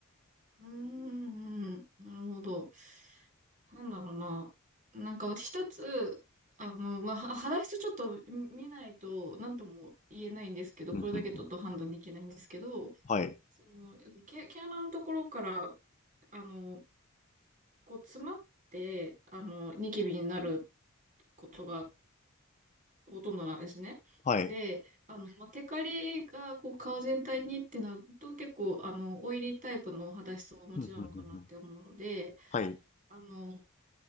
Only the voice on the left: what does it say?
うんうんうん
はい。
はい。
うんうんうんうんはい。